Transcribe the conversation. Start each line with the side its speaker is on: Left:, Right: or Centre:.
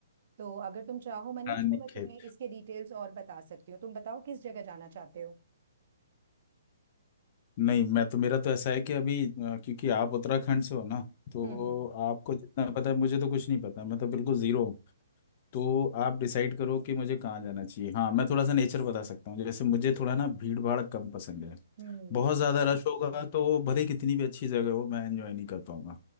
Right: तो अगर तुम चाहो मनीष
Left: रानी
Right: तो मैं तुम्हें
Left: खेत
Right: इसके डिटेल्स और बता सकती हूँ तुम बताओ किस जगह जाना चाहते हो
Left: नहीं मैं तो मेरा तो ऐसा है कि अभी अ, क्योंकि आप उत्तराखंड से हो ना तो
Right: हम्म हम्म
Left: आपको जितना पता है मुझे तो कुछ नहीं पता मैं तो बिल्कुल जीरो तो आप डिसाइड करो कि मुझे कहाँ जाना चाहिए हाँ मैं थोड़ा सा नेचर बता सकता हूँ जैसे मुझे थोड़ा ना भीड़ भाड़ कम पसंद है
Right: हम्म
Left: बहुत ज़्यादा रश होगा तो भले ही कितनी भी अच्छी जगह हो मैं एंजॉय नहीं कर पाऊंगा